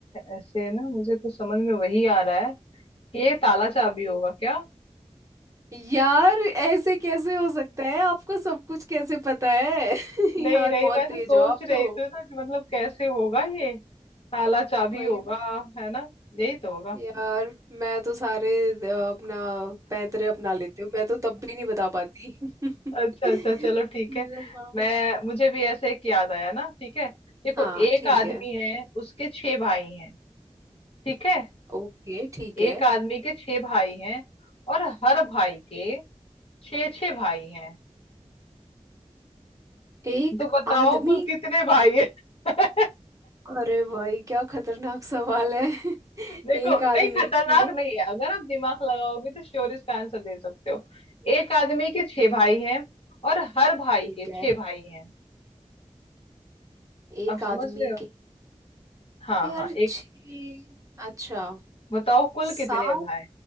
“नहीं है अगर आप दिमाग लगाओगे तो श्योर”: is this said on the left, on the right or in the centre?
Left